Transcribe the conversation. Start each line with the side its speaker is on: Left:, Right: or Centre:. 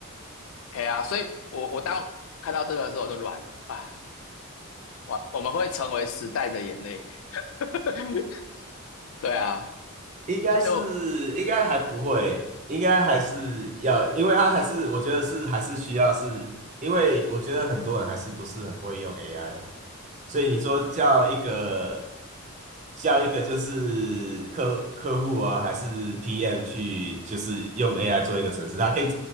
Left: 哎呀啊，所以我我当看到这个的时候我就软了啊，我我们会成为时代的眼泪。<laughs> 对啊，
Right: 应该是应该还不会，
Left: 就
Right: 应该还是要，因为他还是我觉得是还是需要是，因为我觉得很多人还是不是很会用 AI，所以你说叫一个叫一个就是客客户啊，还是 PM 去就是用 AI 做一个程式，他可以